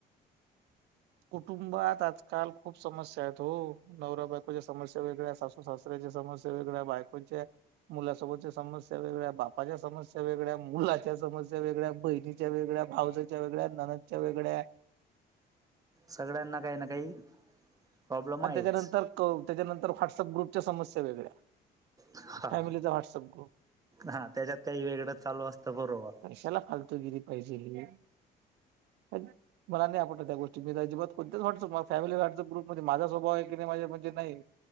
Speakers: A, on the right (about 80°); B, on the right (about 20°).
A: कुटुंबात आजकाल खूप समस्या आहेत हो... नवऱ्या बायकोच्या समस्या वेगळ्या सासू सासऱ्याचा समस्या वेगळ्या बायकोच्या... मुलासोबतच्या समस्या वेगळ्या बापाच्या समस्या वेगळ्या मुलाच्या समस्या वेगळ्या बहिणी.... वेगळ्या भावजच्या वेगळ्या..... ननदच्या वेगळ्या
B: सगळ्यांना काही ना काही..... प्रॉब्लेम
A: आणि
B: आहेच
A: त्याच्यानंतर कव त्याच्यानंतर व्हॉट्सअप ग्रुपच्या समस्या वेगळ्या...
B: हा
A: फॅमिलीचा व्हाट्सअप ग्रुप
B: हा त्याच्यात काही वेगळं चालू असतं बरोबर
A: कशाला फालतु.... कधीबी पाहिजे. मला नाही आपटत त्या गोष्टी अजिबात कोणतच व्हॉट्सअप फॅमिली व्हॉट्सअप ग्रुप..... माझा स्वभाव आहे की नाही माझे म्हणजे नाही.